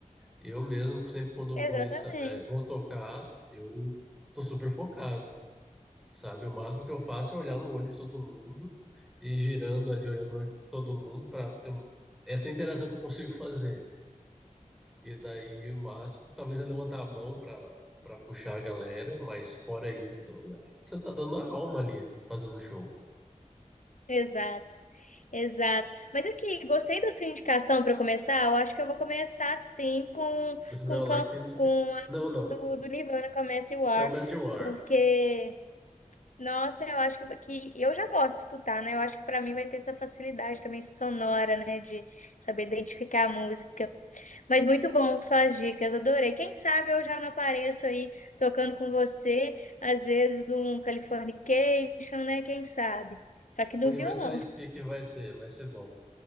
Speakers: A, in the centre; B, on the left (about 70°).
A: Eu mesmo, sempre quando
B: Exatamente,
A: eu vou, ensa- é, vou tocar, eu tô super focado, sabe? O máximo que eu faço é olhar no olho de todo mundo e girando ali, olhando no olho de todo mundo para ter um- essa interação que eu consigo fazer. E daí o máximo, talvez é levantar a mão para para puxar a galera, mas fora isso, é, você tá dando a alma ali fazendo o show.
B: exato. Exato. Mas aqui, gostei da sua indicação para começar. Eu acho que eu vou começar sim com
A: Smell
B: com
A: Like
B: com,
A: Teen Spirit.
B: com a
A: Não, não.
B: do, do Nirvana Comece War,
A: Come As You Are.
B: porque nossa, eu acho que, que eu já gosto de escutar, né? Eu acho que para mim vai ter essa facilidade também sonora, né, de saber identificar a música. Mas muito bom suas dicas, adorei. Quem sabe eu já não apareço aí tocando com você, às vezes um Californication, né? Quem sabe? Só que no
A: Universal
B: violão.
A: Speaking vai ser, vai ser bom.